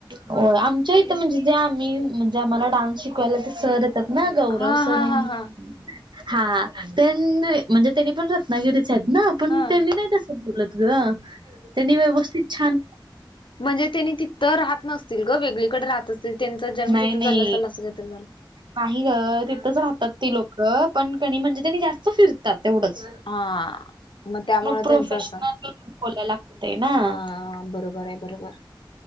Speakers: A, on the right (about 65°); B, on the left (about 70°).
A: हो आमच्या इथं म्हणजे जे आम्ही म्हणजे आम्हाला डान्स शिकवायला ते सर येतात. ना गौरव
B: हा
A: सर
B: हा
A: म्हणुन.
B: हा हा
A: हा त्यां नाय म्हणजे त्यांनी पण रत्नागिरीच आहेत ना पण
B: हा
A: त्यांनी नाही तस बोलु ग त्यांनी व्यवस्थित छान
B: म्हणजे त्यांनी तिथं राहत नसतील ग वेगळीकडे राहत असतील त्यांचा जन्म
A: नाही
B: तिथं
A: नाही
B: झाला असाल असं काहीतरी झाल.
A: नाही ग तिथंच राहतात ती लोक पण कणी म्हणजे त्यांनी जास्त फिरतात तेवढंच.
B: हा. मग त्यामुळे
A: प्रोफेशनल
B: त्यांच असण,
A: बोलायला लागतय ना
B: हा बरोबर आहे बरोबर.